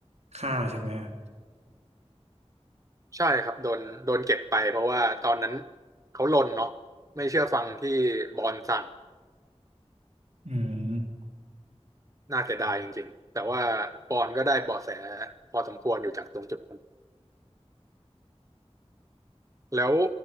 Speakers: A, on the right; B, on the right.
A: ฆ่าใช่ไหมอะ
B: ใช่ครับโดนโดนเก็บไปเพราะว่าตอนนั้นเขาลนเนาะไม่เชื่อฟังที่บอลสั่ง
A: อืม
B: น่าเสียดายจริงๆแต่ว่าบอลก็ได้เบาะแสพอสมควรอยู่จากตรงจุดนั้นแล้ว